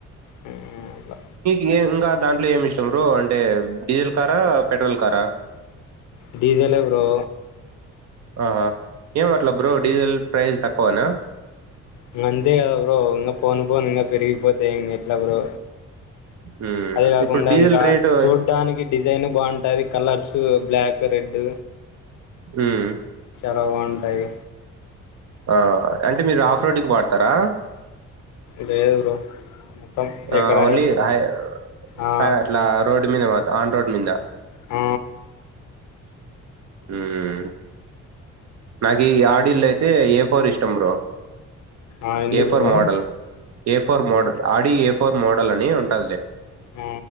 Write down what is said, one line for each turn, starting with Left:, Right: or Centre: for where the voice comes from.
Left: మ్మ్ అలా
Right: ఇయ ఇంకా దాంట్లో ఏమి ఇష్టం్రో అంటే డీజిల్ కారా పెట్రోల్ కారా
Left: డీజెల్ ఎ బ్రో
Right: ఆహా ఏమట్ల బ్రో డిజల్ ప్రైజ్ తక్కువన
Left: ఇంగ్ అంతే కదా బ్రో ఇంగా పోను పోను ఇంగా పెరిగిపోతయి ఇంగ్ ఎట్లా బ్రో
Right: హ్మ్.
Left: అదే కాకుండా
Right: ఇప్పుడు డీజిల్
Left: ఇంకా
Right: రేటు
Left: చూడ్డాానికి డిజైన్ బాగుంటది కలర్సు బ్లాక్ రెడ్
Right: మ్మ్
Left: పరవాంటై
Right: ఆ! అంటే మీరు ఆఫ్ రోడ్కి వాడతారా
Left: లెద్ బ్రో మొత్తం
Right: ఆ
Left: ఎక్కడ
Right: ఓన్లీ హై
Left: ఆ
Right: ఫ అట్లా రోడ్ మీద మా రోడ్ మిన్ద
Left: ఆ
Right: హ్మ్ నాకి ఆడిల్లో అయితే ఏ ఫోర్ ఇష్టం బ్రో
Left: ఆ ఉంది
Right: A four
Left: bro
Right: model A four model Audi A four model అని ఉంటాది లే
Left: ఆ